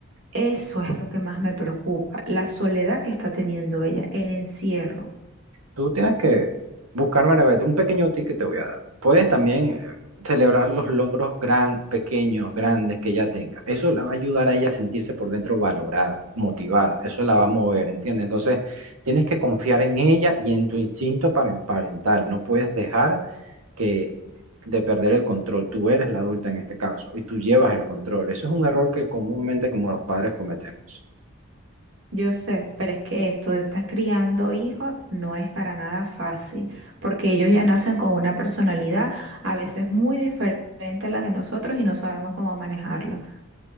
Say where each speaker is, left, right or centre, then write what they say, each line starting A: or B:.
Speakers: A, on the right; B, on the right.
A: Eso es lo que más me preocupa, la soledad que está teniendo ella, el encierro.
B: Tú tienes que buscarme la un pequeño ticket te voy a dar. Puedes también eh, celebrar los logros gran, pequeños, grandes que ella tenga. Eso la va a ayudar a ella a sentirse por dentro valorada, motivada. Eso la va a mover, ¿entiendes? Entonces, tienes que confiar en ella y en tu instinto paren- parental. No puedes dejar que de perder el control. Tú eres la adulta en este caso y tú llevas el control. Eso es un error que comúnmente como los padres cometemos.
A: Yo sé, pero es que esto de estar criando hijos no es para nada fácil, porque ellos ya nacen con una personalidad a veces muy diferente a las de nosotros y no sabemos cómo manejarlo.